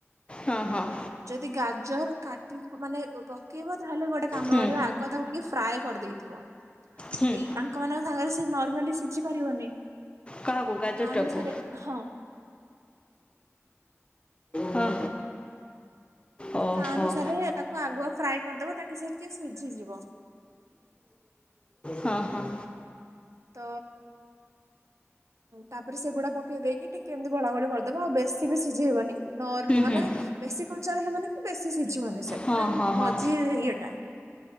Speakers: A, on the left (about 25°); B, on the right (about 85°).
A: ହଁ ହଁ
B: ଯଦି ଗାଜର କାଟି ମାନେ ପକେଇବ, ତାହେଲେ ଗୋଟେ କାମ
A: ହୁଁ
B: କରିବ ଆଗ ତାକୁ ଟିକେ ଫ୍ରାଏ କରିଦେଇଥିବ,
A: ହୁଁ
B: ଏଇ ଆଙ୍କ ମାନଙ୍କ ସାଙ୍ଗରେ ନର୍ମାଲି ସିଝି ପାରିବନି।
A: କାହାକୁ ଗାଜରଟାକୁ?
B: ତା ଅନୁସାରେ ହଁ
A: ହଁ। ଓହୋ
B: ତ ତା ଅନୁସାରେ
A: ହଁ ହଁ
B: ତାକୁ ଆଗୁଆ ଫ୍ରାଏ କରିଦବ, ତାକି ସେ ଟିକେ ସିଝିଯିବ।
A: ହଁ - ହଁ।
B: ତ ତାପରେ ସେଗୁଡା ପକେଇ ଦେଇକି ଟିକେ ଏମିତି ଗୋଳା ଗୋଳି କରିଦବ, ଆଉ ବେଶୀ ବି ସିଝେଇ ବନି। ନର୍ ମାନେ
A: ହୁଁ
B: ବେଶୀ କଞ୍ଚାର ହେବନି କି ବେଶୀ ସିଝିବନି।
A: ହଁ
B: ପୁରା
A: ହଁ
B: ମଝି
A: ହଁ
B: ଇଏଟା